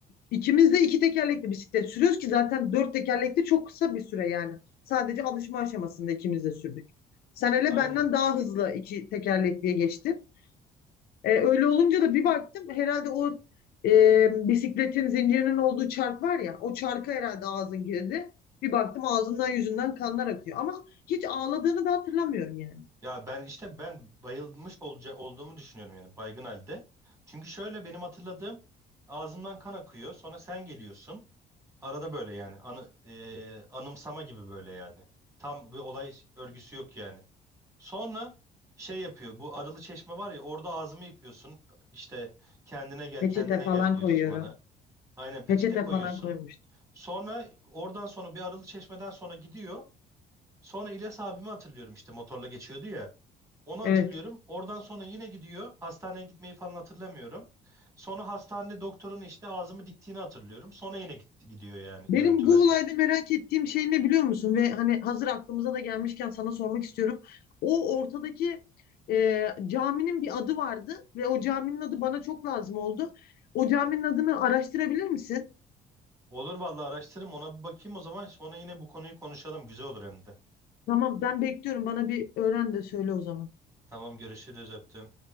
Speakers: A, on the left; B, on the right.
A: ikimiz de iki tekerlekli bisiklet sürüyoruz ki zaten dört tekerlekli çok kısa bir süre yani. Sadece alışma aşamasında ikimiz de sürdük. Sen hele
B: Aynen.
A: benden daha hızlı iki tekerlekliye geçtin. Ee, öyle olunca da bir baktım herhalde o e, bisikletin zincirinin olduğu çark var ya o çarka herhalde ağzın girdi. Bir baktım ağzından yüzünden kanlar akıyor. Ama hiç ağladığını da hatırlamıyorum yani.
B: Ya ben işte ben bayılmış olca olduğumu düşünüyorum yani baygın halde. Çünkü şöyle benim hatırladığım ağzımdan kan akıyor. Sonra sen geliyorsun. Arada böyle yani. Anı, e, anımsama gibi böyle yani. Tam bir olay örgüsü yok yani. Sonra şey yapıyor. Bu Arılı Çeşme var ya orada ağzımı yıkıyorsun. İşte kendine gel
A: Peçete
B: kendine
A: falan
B: gel diyorsun
A: koyuyorum.
B: bana. Aynen peçete
A: Peçete
B: koyuyorsun.
A: falan koymuştum.
B: Sonra oradan sonra bir Arılı Çeşme'den sonra gidiyor. Sonra İlyas abimi hatırlıyorum işte motorla geçiyordu ya. Onu hatırlıyorum.
A: Evet.
B: Oradan sonra yine gidiyor. Hastaneye gitmeyi falan hatırlamıyorum. Sonra hastanede doktorun işte ağzımı diktiğini hatırlıyorum. Sonra yine gitti, gidiyor yani
A: Benim
B: görüntü
A: bu
B: bende.
A: olayda merak ettiğim şey ne biliyor musun? Ve hani hazır aklımıza da gelmişken sana sormak istiyorum. O ortadaki e, caminin bir adı vardı ve o caminin adı bana çok lazım oldu. O caminin adını araştırabilir misin?
B: Olur vallahi araştırırım ona bir bakayım o zaman sonra yine bu konuyu konuşalım güzel olur hem de.
A: Tamam ben bekliyorum. Bana bir öğren de söyle o zaman.
B: Tamam görüşürüz öptüm.